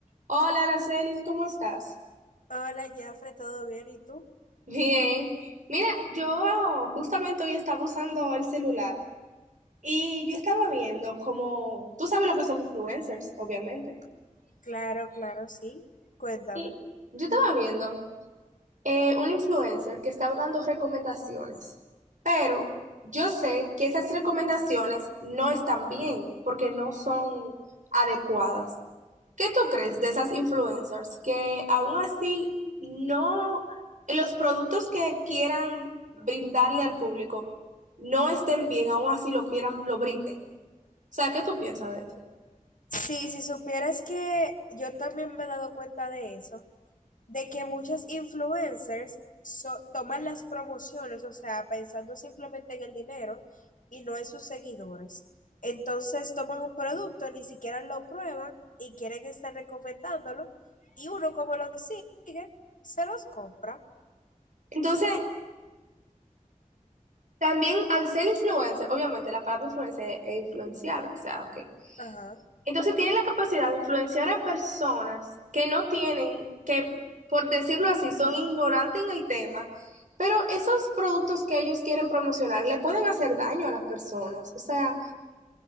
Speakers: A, on the right; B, on the left.
A: Hola, Aracelis, ¿cómo estás?
B: Hola, Jafre, ¿todo bien? ¿Y tú?
A: <laughs> Bien. Mira, yo justamente hoy estaba usando el celular y yo estaba viendo como, tú sabes lo que son influencers, obviamente.
B: Claro, claro, sí. Cuéntame.
A: Y yo estaba viendo eh, un influencer que estaba dando recomendaciones, pero yo sé que esas recomendaciones no están bien porque no son adecuadas. ¿Qué tú crees de esas influencers que aún así no, los productos que quieran brindarle al público no estén bien, aún así lo quieran, lo brinden? O sea, ¿qué tú piensas de eso?
B: Sí, si supieras que yo también me he dado cuenta de eso, de que muchas influencers so- toman las promociones, o sea, pensando simplemente en el dinero y no en sus seguidores. Entonces toman un producto, ni siquiera lo prueban y quieren estar recomendándolo y uno como lo sigue, se los compra.
A: Entonces, también al ser influencer, obviamente la palabra influencer es influenciable, o sea, ok.
B: Ajá.
A: Entonces tienen la capacidad de influenciar a personas que no tienen, que por decirlo así, son ignorantes en el tema, pero esos productos que ellos quieren promocionar le pueden hacer daño a las personas. O sea,